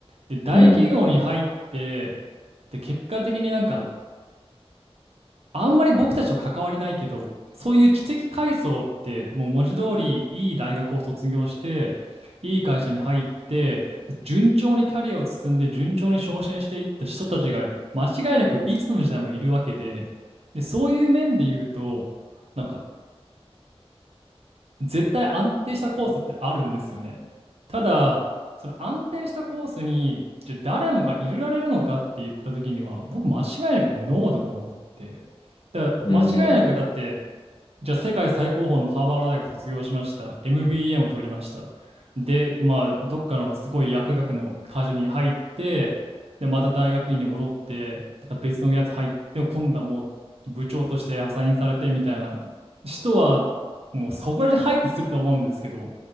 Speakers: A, on the right (about 70°); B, on the left (about 45°).
A: で、大企業に入って、
B: うん。
A: で、結果的になんかあんまり僕たちと関わりないけど、そういう知的階層って、もう文字通りいい大学を卒業して、いい会社に入って、で順調にキャリアを進んで、順調に昇進していった人たちが、間違いなくいつの時代もいるわけで、で、そういう面で言うと、なんか絶対安定したコースってあるんですよね。ただ、その安定したコースに、じゃあ誰もが入れられるのかって言った時には、僕間違いなくノーだと思って。だ間違いなくだって、
B: うん。
A: じゃあ、世界最高峰のハーバード大学卒業しました。MBA も取りました。で、まあ、どっかのすごい薬学の会社に入って、で、また大学院に戻って、また別のやつ入って、今度はもう部長としてアサインされてみたいな人は、もうそこら辺入ってすると思うんですけど、